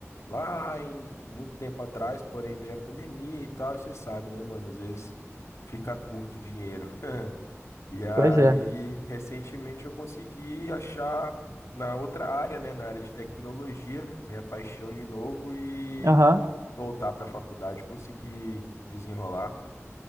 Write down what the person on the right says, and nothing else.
pois é.
Aham.